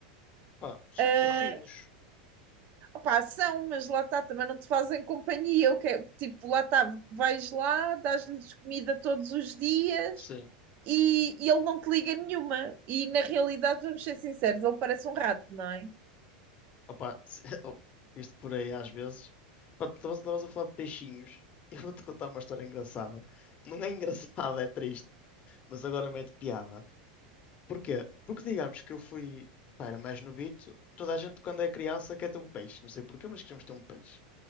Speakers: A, on the left; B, on the right.
A: Pá, são
B: Ah,
A: fofinhos.
B: opá, são, mas lá está, também não te fazem companhia. O que é- tipo, lá está, vais lá, dás-lhes comida todos os dias,
A: Sim.
B: e, e ele não te liga nenhuma. E na realidade, vamos ser sinceros, ele parece um rato, não é?
A: Opa, se- <laughs> visto por aí às vezes. Pá, tu estavas estavas a falar de peixinhos. <laughs> Eu vou-te contar uma história engraçada. Não é <laughs> engraçada, é triste. Mas agora mete piada. Porquê? Porque digamos que eu fui. Pá, era mais novito. Toda a gente, quando é criança, quer ter um peixe. Não sei porquê, mas queremos ter um peixe.